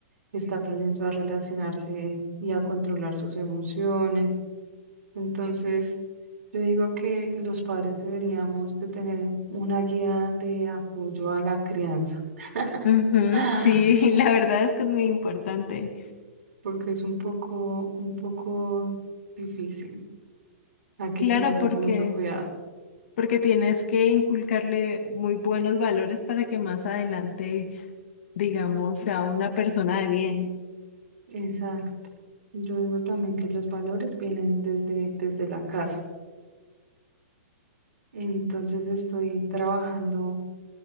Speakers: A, on the right; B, on the left.
A: está aprendiendo a relacionarse y a controlar sus emociones. Entonces, yo digo que los padres deberíamos de tener una guía de apoyo a la crianza,
B: Ujú,
A: ah,
B: Sí, <laughs> la verdad es que es muy importante.
A: porque es un poco, un poco difícil. Hay que
B: Claro,
A: tenerles
B: porque,
A: mucho cuidado.
B: porque tienes que inculcarle muy buenos valores para que más adelante, digamos, sea una persona de bien.
A: Exacto. Yo digo también que los valores vienen desde, desde la casa. Entonces estoy trabajando